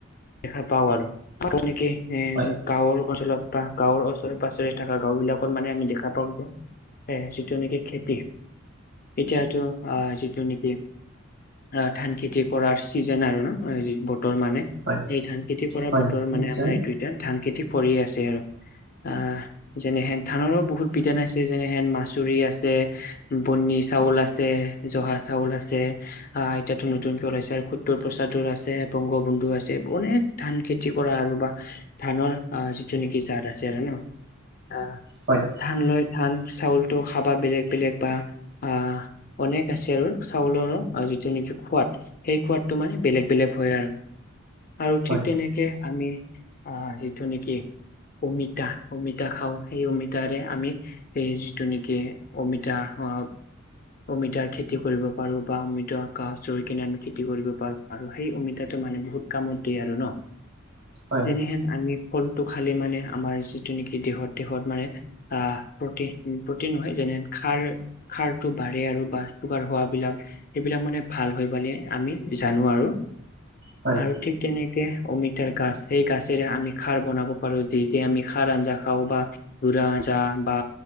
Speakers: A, on the left (about 45°); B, on the right (about 60°).
A: দেখা পাওঁ আৰু। <inaudible> এ
B: হয়
A: গাঁৱৰ অঞ্চলত বা গাঁৱৰ ওচৰে-পাছৰে থকা গাওঁ বিলাকত মানে আমি দেখা এ, যিটো নেকি খেতি এতিয়াতো অ' যিটো নেকি অ ধান-খেতি কৰাৰ চিজন আৰু ন? বতৰ মানে।
B: হয়
A: এই ধান খেতি কৰা
B: হয়
A: বতৰ
B: নিশ্চয়
A: মানে আমাৰ এইটো এতিয়া ধান খেতি কৰিয়ে আছে আৰু। আহ, যেনেহেন ধানৰো বহুত <unintelligible> যেনেহেন-মাচুৰি আছে, বনি চাউল আছে, জহা চাউল আছে, আহ এতিয়াতো নতুনকে ওলাইছে আৰু সুত্ৰৰ প্ৰসাদৰ আছে, বংগ বন্ধু আছে, অনেক ধান-খেতি কৰা আৰু বা ধানৰ আহ যিটো নেকি জাত আছে আৰু ন? আহ
B: হয়
A: ধান লৈ ধান চাউলটো খাবা, বেলেগ বেলেগ বা আহ। অনেক আছে আৰু, চাউলৰো আৰু যিটো নেকি সোৱাদ সেই সোৱাদটো মানে বেলেগ বেলেগ হয় আৰু, আৰু
B: হয়
A: ঠিক তেনে কে আমি অ' যিটো নেকি অমিতা-অমিতা খাওঁ, সেই অমিতাৰে আমি এই যিটো নেকি, অমিতা আহ অমিতাৰ খেতি কৰিব পাৰোঁ বা অমিতা গাছ ৰুই কিনে আমি খেতি কৰিব পাৰোঁ আৰু। সেই অমিতাটো মানে বহুত কামত দিয়ে আৰু ন?
B: হয়
A: যেনেহেন আমি ফলটো খালে মানে আমাৰ যিটো নেকি, দেহত দেহত মানে আহ, প্ৰতি প্ৰতিন নহয় যেনে, খাৰ-খাৰটো বাঢ়ে আৰু বা, চোগাৰ হোৱা বিলাক সেইবিলাক মানে ভাল হৈ পালে আমি জানো আৰু। <inaudible>
B: হয়
A: আৰু ঠিক তেনেকে অমিতাৰ গাছ সেই গাছেৰে আমি খাৰ বনাব পাৰো, যি যি আমি খাৰ আঞ্জা খাওঁ বা <unintelligible> আঞ্জা বা,